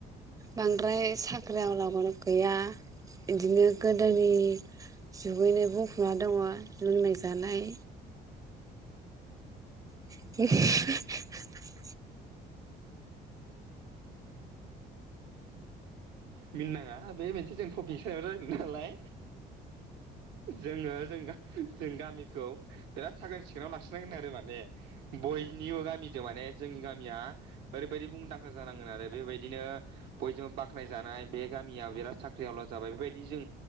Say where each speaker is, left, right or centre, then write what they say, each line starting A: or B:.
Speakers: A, on the right (about 20°); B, on the right (about 85°).
A: बांद्राय साख्रिआवलाबो गैया इदिनो गोदोनि जुगैनो बुंफबना दङ लोंनाय जानाय <inaudible>
B: मिनिनाङा बे मोनसे जों टपिक सायाव रायलयदों नालाय जोङो जों जों गामिखौ बिराद साखोन सिखोनाव लाखिनांगोन आरो माने बयनिबो गामिजों माने जोंनि गामिया ओरैबायदि मुंदांखा जानांगोन आरो बेबायदिनो बयजोंबो बाखानाय जानाय बे गामिया बिराद साख्रि आवला जाबाय बेबायदि जों